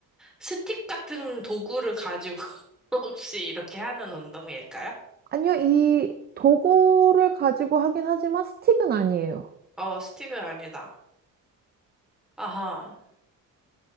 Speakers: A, in the centre; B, on the right (about 30°).
A: 스틱 같은 도구를 가지고 <laughs> 혹시 이렇게 하는 운동일까요?
B: 아니요, 이 도구를 가지고 하긴 하지만 스틱은 아니에요.
A: 어, 스틱은 아니다. 아하.